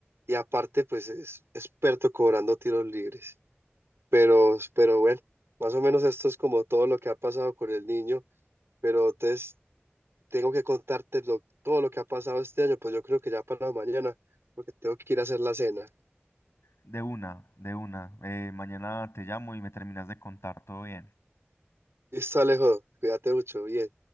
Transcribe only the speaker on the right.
Y aparte, pues es experto cobrando tiros libres. Pero, pero bueno, más o menos esto es como todo lo que ha pasado con el niño. Pero entonces tengo que contarte lo- todo lo que ha pasado este año, pues yo creo que ya para mañana, porque tengo que ir a hacer la cena.
Listo, Alejo. Cuídate mucho. Bien.